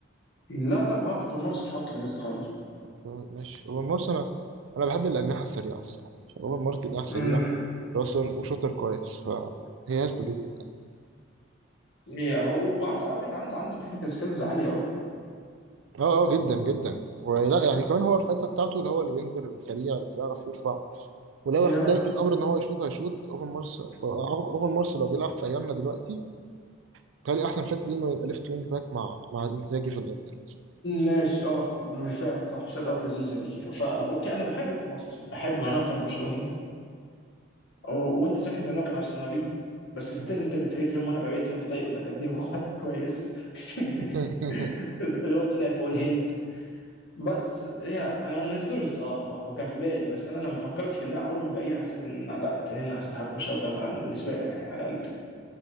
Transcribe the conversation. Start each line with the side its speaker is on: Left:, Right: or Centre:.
Left: لا لا ماركو فان مارس مش حاطه في الليست خالص
Right: تمام، ماشي اوفرمارس انا انا بحب الاجنحه السريعه الصراحه عشان اوفرمارس جناح سريع
Left: امم
Right: كراسر وشوتر كويس فهي هاز تو بي
Left: يا هو وعنده على فكره عنده عنده تكنيكال سكيلز عاليه قوي
Right: اه اه جدا جدا ولا يعني كمان هو الحته بتاعته اللي هو الوينجر السريع اللي بيعرف يرفع ولو
Left: يا
Right: احتاج الامر ان هو يشوط هيشوط اوفرمارس اوفرمارس لو بيلعب في ايامنا دلوقتي كان احسن فات ليه انه يبقى ليفت وينج باك مع مع انزاجي في الانتر مثلا
Left: ماشي اه فعلا صح شوت اوت لذيذه دي فا
Right: مم.
Left: اوكي انا بحب اوفر مارس بس بحبه انا كان برشلوني و- وانت ساكن ده هنا كان ارسنالي بس ستيل
Right: مم.
Left: انت بتريتهم وانا بريتهم فده يقول لك قد ايه هو حد كويس <laughs>
Right: <laughs>
Left: اللي هو طلع فوق الهيت بس هي انا ما نسيتوش الصراحه هو كان في بالي بس انا لما فكرت في اللي انا اقوله من الباقيين حسيت ان لا التانيين هيستحقوا شوت اوت عنه بالنسبه لي انا يعني على الاقل